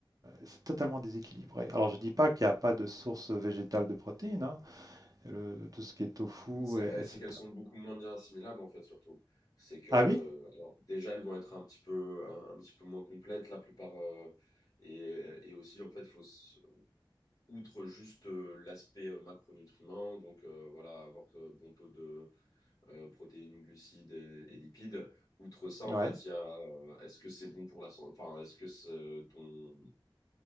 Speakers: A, on the right; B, on the left.
A: c'est totalement déséquilibré. Alors, je dis pas qu'il n'y a pas de source végétale de protéines, hein. Le- tout ce qui est tofu,
B: C'est
A: et- etc.
B: c'est qu'elles sont beaucoup moins bien assimilables en fait surtout. C'est que
A: Ah oui?
B: alors, déjà elles vont être un petit peu un, un petit peu moins complètes la plupart euh, et, et aussi en fait faut s- outre juste euh, l'aspect euh, macronutriments donc euh, voilà avoir euh, bon taux de euh, protéines, glucides et, et lipides. Outre ça en
A: Ouais,
B: fait il y a euh, est-ce que c'est bon pour la santé enfin est-ce que c'est euh, ton